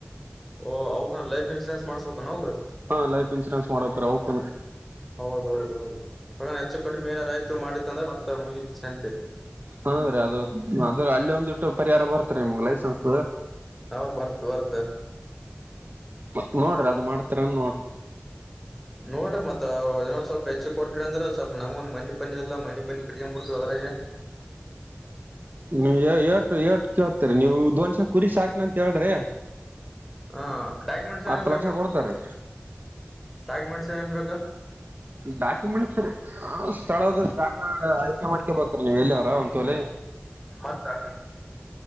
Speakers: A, in the centre; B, on the right (about 45°).
A: ಓ ಅವಕಲೈಫ್ ಇನ್ಶೂರೆನ್ಸ್ ಮಾಡ್ಬೇಕ ಹಗ
B: ಹಾ, ಲೈಫ್ ಇನ್ಸೂರೆನ್ಸ್ ಮಾಡಕ್ರಿ ಅವಕನು.
A: ಹೌದೌದ, ಹೌದು ಬಗನಹೆಚ್ಚು ಕಡಿಮೆ ಏನಾರ ಆಯ್ತು ಮಾಡಿತ್ತ ಅಂದ್ರೆ ಮತ್ತ ಮುಗಿ ತಸಂತಿ.
B: ಹೌದ್ರೀ ಅದು ಅದ್ರ ಅಲ್ಲಿ ಒಂದಿಟ್ಟು ಪರಿಹಾರ ಬರ್ತರಿ ನಿಮ್ಗ್ ಲೈಸೆನ್ಸ್.
A: ಅವಾಗ ಬರ್ತ್ -ಬರ್ತ್
B: ಮತ್ ನೋಡ್ರಿ ಅದ ಮಾಡ್ತೀರನ್ ನೋಡ್ರಿ
A: ನೋಡ್ರಿ ಮತ್ಇನ್ನೊಂದ ಸ್ವಲ್ಪ ಹೆಚ್ಚು ಕೊಟ್ರಿ ಅಂದ್ರೆ ಸ್ವಲ್ ನಮಗಮನಿ-ಪನಿಇಲ್ಲ ಮನಿ-ಪನಿ ಕಟ್ಕೊಂಡ್ ಬಿಡ್ತೀವಿ. ಅ <inaudible>
B: <inaudible> ನೀ ಏಟು ಏಟ್ ಕೇಳ್ತೀರಿ ನೀವುದೊನ್ಸೆ ಕುರಿ ಸಾಾಕ್ನಂತ ಹೇಳ್ರಿ.
A: ಹ ಡಾಕ್ಯುಮೆಂಟ್ಸ್ ಏನೇನ್
B: ಹತ್ತು
A: ಬೇಕು
B: ಲಕ್ಷ ಕೊಡ್ತಾರೆ
A: ಡಾಕ್ಯುಮೆಂಟ್ಸ್ ಏನೇನ್ ಬೇಕು
B: ಡಾಕ್ಯುಮೆಂಟ್ಸ್ ಸ್ಥಳದ ಜಾಗ ಆಯ್ಕೆ ಮಾಡ್ಕ ಬ್ರ ನೀವ್ ಎಲ್ಲಿ ಅವ್ರ ಒಂತತ್ಲೆ
A: ಮತ್ತೆ